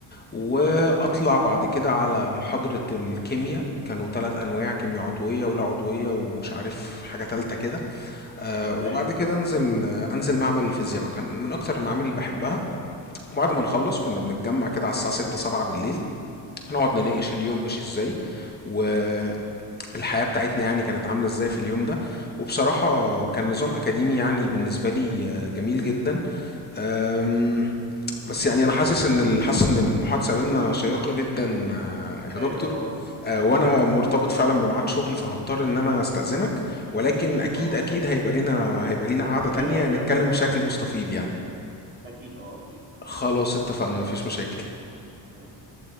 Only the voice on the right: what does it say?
ايوه
امم
ايوه
ايوه
اه
امم
خلاص
مش
اكيد
هنكمل
اه
اكيد اه
اكيد